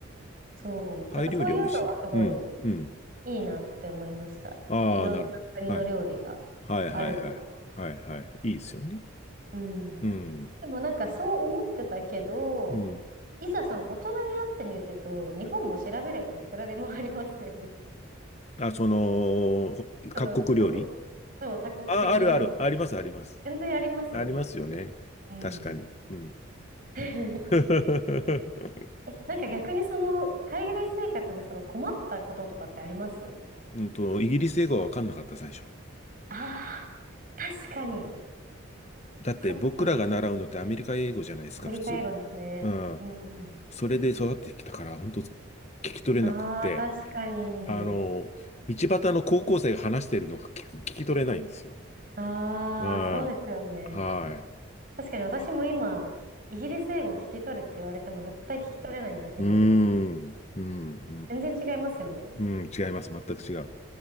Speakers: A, on the right; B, on the left.
A: そう。
B: タイ料理は美味しい。
A: だからそういうのはすごい
B: うん、うん。
A: いいなって思いました。
B: ああ、
A: いろんな国の料理が
B: なるほど。はい。はい、
A: あるのが。
B: はい、はい。はい、はい。いいですよね。
A: うん。
B: うん、
A: でもなんかそう思ってたけど、
B: うん。
A: いざその大人になってみると、日本も調べればいくらでもありますよね。
B: あ、その、ほ各国料理
A: <laughs> あの、多国、そう多国籍料理。
B: あ、あるある。あります、あります。
A: 全然ありますよね。
B: ありますよね。
A: うん。
B: 確かに。うん。
A: <laughs>
B: <laughs>
A: え、なんか逆にその、海外生活でその困ったこととかってあります
B: うんと、イギリス英語は分かんなかった、最初。
A: ああー、確かに。
B: だって僕らが習うのってアメリカ英語じゃないですか、
A: そっか。アメリカ英語ですね。
B: 普通。うん。
A: うんうん。
B: それで育ってきたから、本当聞き取れなくって、
A: ああ、確かに。
B: あの、道端の高校生が話してるのが聞く聞き取れないんですよ。
A: ああ、
B: うん。
A: そうですよね。
B: はい。
A: 確かに私も今、イギリス英語を聞き取れって言われても絶対聞き取れない自信あります。
B: うーん。うん。
A: 全然違いますよね。
B: うん。うん、違います。全く違う。